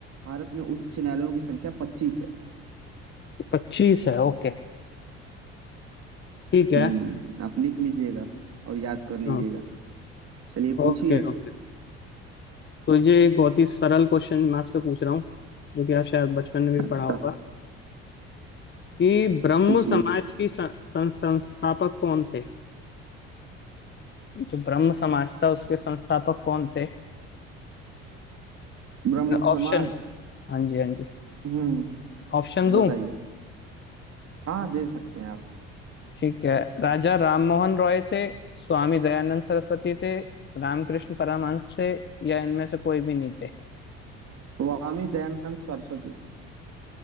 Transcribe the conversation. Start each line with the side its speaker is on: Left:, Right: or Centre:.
Right: भारत में उच्च न्यायालयों की संख्या पच्चीस है
Left: पच्चीस है ओके ठीक है
Right: हम्म आप लिख लीजिएगा और याद कर लीजिएगा
Left: हाँ
Right: चलिए पूछिए
Left: Okay okay तो ये एक बहुत ही सरल क्वेश्चन मैं आपसे पूछ रहा हूँ जो कि आप शायद बचपन में भी
Right: अच्छा
Left: पढ़ा होगा कि ब्रह्म
Right: पूछिए
Left: समाज की सं, सं, संस्थापक कौन थे जो ब्रह्म समाज था उसके संस्थापक कौन थे
Right: ब्रह्म समाज
Left: ऑप्शन हाँ जी हाँ जी
Right: हम्म
Left: ऑप्शन दूं
Right: बताइए हाँ दे सकते हैं आप
Left: ठीक है राजा राममोहन रॉय थे स्वामी दयानंद सरस्वती थे रामकृष्ण परमहंस थे या इनमें से कोई भी नहीं थे
Right: स्वामी दयानंद सरस्वती